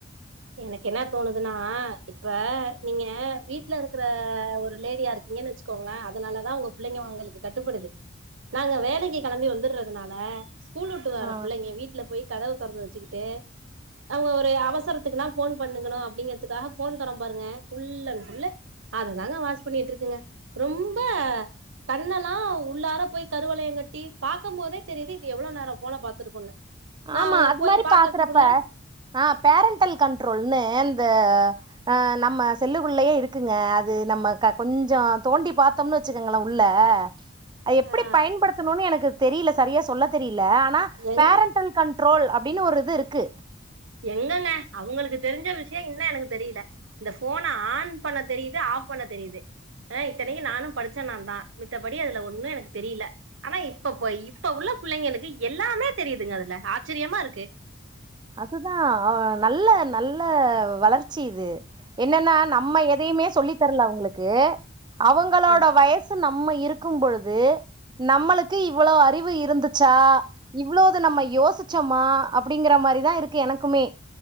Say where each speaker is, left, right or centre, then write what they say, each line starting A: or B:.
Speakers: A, on the right; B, on the right.
A: எனக்கு என்ன தோணுதுன்னா இப்ப நீங்க வீட் வீட்ல இருக்கிற ஒரு லேடியா இருக்கீங்கன்னு வச்சுக்கோங்கள அதனாலதா உங்க பிள்ளைங்க உங்களுக்கு கட்டுப்படுது நாங்க வேலைக்கு கெளம்பி வந்துட்றதுனால ஸ்கூல் வுட்டு வர
B: ஆ
A: பிள்ளைங்க வீட்ல போய் கதவ திறந்து வச்சுக்கிட்டு அவுங்க ஒரு அவசர த்துக்குனா ஃபோன் பண்ணுங்கனு அப்பிடிங்கிறதுக்காக ஃபோன் தரோம் பாருங்க ஃபுல்லன் ஃபுல்லு அதுதாங்க வாட்ச் பண்ணிட்டு இருக்குங்க ரொம்ப கண்ணெல்லா உள்ளார போய் கருவளையம் கட்டி பாக்கம் போதே தெரியுது இது எவ்ளோ நேரம் ஃபோன பாத்துருக்குன்னு நா
B: ஆமா அது
A: போய்
B: மாரி
A: பாக்குறதுக்குள்ள
B: பாக்குறப்ப ஆ பேரண்டல் கண்ட்ரோல்னு இந்த ஆ நம்ம செல்லுக்குள்ளயே இருக்குங்க அது நம்ம கொஞ்சோ தோண்டி பாத்து பாத்தோம்னு வச்சுக்கோங்கள உள்ள அது எப்பிடி
A: ஆ
B: பயன்படுத்தணுன்னு எனக்கு தெரியல சரியா சொல்ல தெரியல ஆனா
A: எங்
B: பேரண்ட் டல் கண்ட்ரோல் அப்டின்னு ஒரு இது இருக்கு
A: என்னங்க அவுங்களுக்கு தெரிஞ்ச விஷயம் இன்னு எனக்கு தெரியல இந்த ஃபோன ஆன் பண்ண தெரியுது ஆஃப் பண்ண தெரியுது ஆ இத்தனைக்கு நானு படிச்ச நா தா மித்தபடி அதுல ஒண்ணு எனக்கு தெரியல ஆனா இப்ப போய் இப்ப உள்ள பிள்ளைங்களுக்கு எல்லாமே தெரியுதுங்க அதுல ஆச்சரியமா இருக்கு
B: அதுதா நல்ல நல்ல வளர்ச்சி இது என்னன்னா நம்ம எதையுமே சொல்லி தரல அவுங்களுக்கு அவுங்களோட
A: ம்.
B: வயசு க்கு நம்ம இருக்கும் பொழுது நம்மளுக்கு இவ்ளோ அறிவு இருந்துச்சா இவ்ளோது நம்ம யோசிச்சோமா அப்பிடிங்குற மாரி தா இருக்கு எனக்குமே